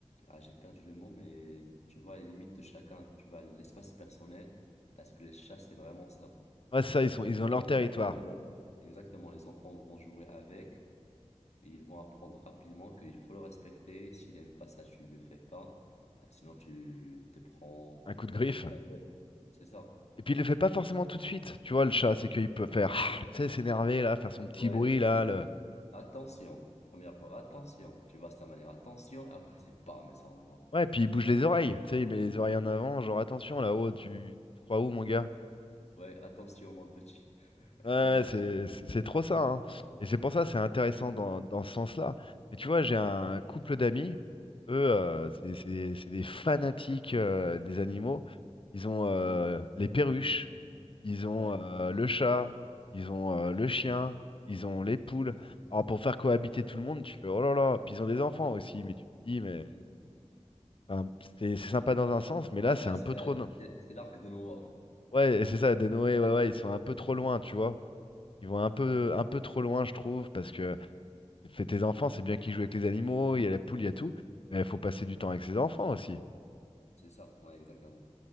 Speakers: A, on the left; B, on the left.
A: Ah, j'ai perdu le mot, mais tu vois les limites de chacun. Tu vois l'espace personnel, parce que les chats, c'est vraiment ça.
B: Ouais, c'est ça,
A: Par
B: ils sont,
A: exemple,
B: ils
A: les
B: ont leur
A: enfants
B: territoire.
A: vont jouer. Exactement, les enfants vont jouer avec. Et Ils vont apprendre rapidement qu'il faut le respecter. S'il n'aime pas ça, tu ne le fais pas. Bah, sinon, tu te prends
B: Un
A: une
B: coup
A: patte
B: de griffe.
A: dans la gueule. C'est ça.
B: Et puis il le fait pas forcément tout de suite. Tu vois, le chat, c'est qu'il peut faire, ah tu sais, s'énerver là, faire son petit
A: Ouais,
B: bruit là.
A: il
B: Le...
A: dit attention, première fois, attention. Tu vois, c'est ta manière, attention. Et après, c'est pas, mais ça envoie.
B: Ouais, puis il bouge les oreilles. Tu sais, il met les oreilles en avant, genre attention là-haut, tu, tu te crois où, mon gars?
A: Ouais, attention, mon petit. <laughs>
B: Ouais,
A: Littéralement.
B: c'est c'est- c'est trop ça, hein. Et c'est pour ça, c'est intéressant dans, dans ce sens-là. Mais tu vois, j'ai un couple d'amis, eux, euh, c'est c'est- c'est des fanatiques euh, des animaux. Ils ont euh, les perruches, ils ont
A: Ouais.
B: euh, le chat, ils ont euh, le chien, ils ont les poules. Alors pour faire cohabiter tout le monde, tu fais oh là là, puis ils ont des enfants aussi, mais tu te dis, mais
A: Hmm.
B: enfin, c'est c'est sympa dans un sens, mais là, c'est
A: Ouais,
B: un
A: c'est
B: peu
A: euh,
B: trop. non.
A: c'est- c'est l'arc de Noah.
B: Ouais, c'est ça, des Noé, ouais, ouais, ils sont un peu trop loin, tu vois. Ils vont un peu, un peu trop loin, je trouve, parce que fais tes enfants, c'est bien qu'ils jouent avec les animaux, il y a la poule, il y a tout, mais il faut passer du temps avec ses enfants aussi.
A: C'est ça, ouais, exactement.